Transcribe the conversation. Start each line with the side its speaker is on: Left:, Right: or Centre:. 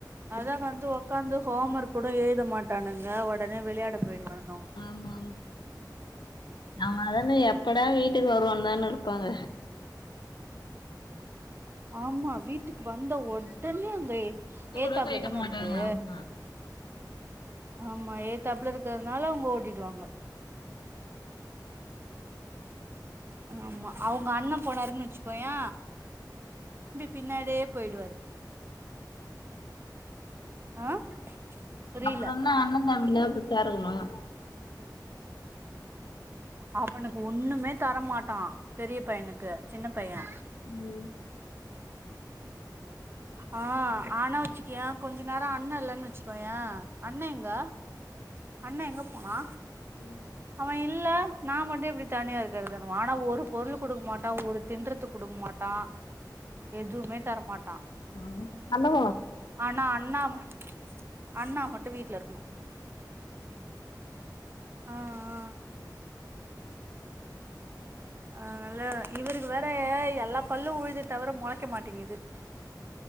Right: அதா வந்து ஒக்கந்து ஹோம் ஒர்க் கூட எழுத மாட்டானுங்க உடனே விளையாட போயிடுவானங்
Left: ஆமா ஆம் அவதானே எப்படா வீட்டுக்கு வருவ தான இருப்பாங்க
Right: ஆமா வீட்டுக்கு வந்த உடனே ரே ஏத்தாப்லதானே
Left: போயிட்ட மாட்டாங்க
Right: இருக்கு
Left: ஆமா
Right: ஆமா ஏதாப்புல இருக்கிறதுனால அவுங்க ஓடிட்டுவாங்க ஆமா அவுங்க அண்ணன் போனாருன்னு வச்சுக்கோயே பின்னாடே போயிடுவாரு ஆ புரியல
Left: அப்புறதா அண்ணன் தம்பில <unintelligible>
Right: அவனுக்கு ஒண்ணுமே தரமாட்டா பெரிய பையனுக்கு சின்ன பைய
Left: ம்
Right: ஆ ஆனா வச்சுக்கயோ கொஞ்ச நேரோ அண்ண இல்லன்னு வச்சுக்கோயே அண்ண எங்க அண்ண எங்க போனா
Left: ம்
Right: அவ இல்ல நா மட்டு எப்டி தனியா இருக்கறதுனுவ ஆனா ஒரு பொருள் குடுக்க மாட்டா ஒரு தின்றதுக்கு குடுக்க மாட்டா எதுவுமே தரமாட்
Left: அ அலோ
Right: ஆனா அண்ணா ம அண்ணா மட்டு வீட்டுல இருக்கணு ஆ ஆ அதனால இவருக்கு வேற எல்லா பல்லு வுழுது தவிர மொளைக்க மாட்டீங்குது